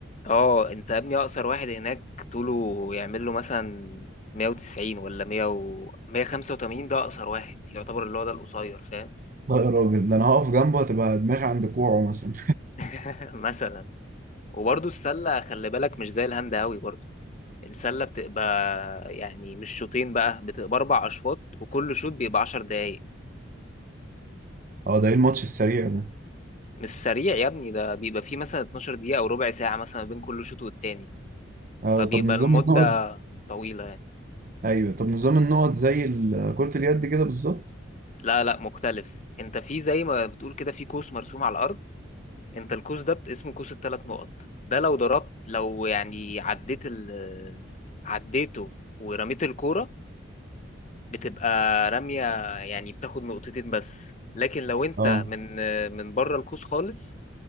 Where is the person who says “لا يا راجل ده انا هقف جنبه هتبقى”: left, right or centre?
Right